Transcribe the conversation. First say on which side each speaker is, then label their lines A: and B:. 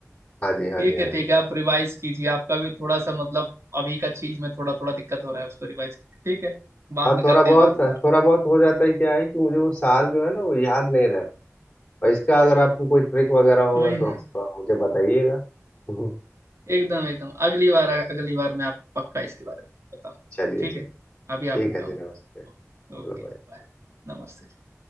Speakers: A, on the left; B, on the right.
A: हाँ जी हाँ
B: ठीक
A: जी हाँ
B: है ठीक
A: जी
B: है आप रिवाइज कीजिए आपका भी थोड़ा सा मतलब अभी का चीज में थोड़ा थोड़ा दिक्कत हो रहा है उसको रिवाइज कीजिए ठीक है बाद
A: हाँ
B: में
A: थोड़ा
B: करते
A: बहुत
B: हैं बात दोबारा
A: थोड़ा बहुत हो जाता है क्या है कि मुझे वो साल जो है ना वो याद नहीं रहता और इसका अगर आपको कोई ट्रिक वगैरह होगा
B: कोई नहीं
A: तो आप मुझे बताइएगा <laughs> हम्म,
B: एकदम एकदम अगली बार अगली बार मैं आपको पक्का इसके बारे में बताऊंगा
A: चलिए
B: ठीक
A: जी
B: है
A: ठीक
B: अभी आप भी
A: है
B: काम
A: जी
B: कीजिए
A: नमस्ते चलो
B: ओके
A: बाय
B: बाय नमस्ते